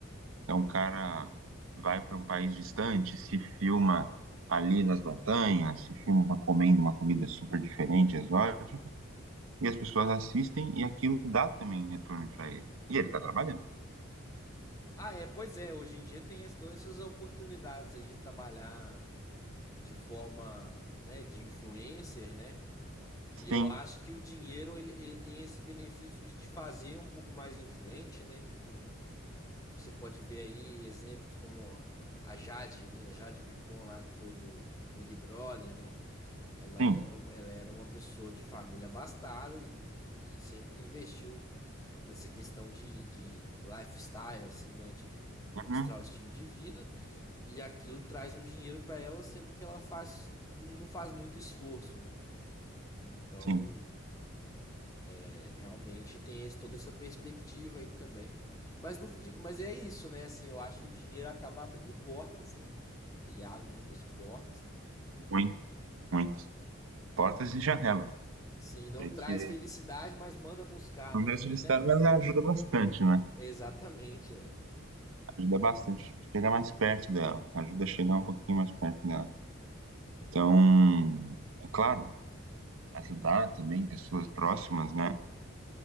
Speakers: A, on the right; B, on the left.
A: Então o cara vai para um país distante, se filma ali nas montanhas, se filma comendo uma comida super diferente, exótica, e as pessoas assistem e aquilo dá também retorno para ele. E ele tá trabalhando.
B: Ah, é, pois é, hoje em dia tem esse- todas essas oportunidades aí de trabalhar de forma, né, de influencer, né? E
A: Sim,
B: eu acho que o dinheiro ele, ele tem esse benefício de te fazer um pouco mais influente, né? Tipo, Você pode ver aí exemplos como a Jade, né? A Jade Picon lá, que foi do Big Brother, né? Ela
A: sim.
B: era, uma- ela era uma pessoa de família abastada e, e sempre investiu nessa questão de, de lifestyle, assim, né? De
A: Uhum,
B: mostrar o estilo de vida e aquilo traz um dinheiro para ela, sendo que ela faz, não não faz muito esforço, né? Então,
A: sim,
B: é, Realmente tem esse- toda essa perspectiva aí também. Mas, no- mas é isso, né? Assim, eu acho que o dinheiro acaba abrindo portas, né? Ele abre muitas portas, né?
A: muito, muito. Portas e janelas.
B: Sim, não
A: Porque
B: traz felicidade, mas manda buscar,
A: não
B: né?
A: deve
B: Aquele
A: solicitar,
B: negócio.
A: mas ela ajuda bastante, né?
B: Exatamente, é.
A: Ajuda bastante. Chega mais perto dela. Ajuda a chegar um pouquinho mais perto dela. Então, é claro, ajudar também pessoas próximas, né?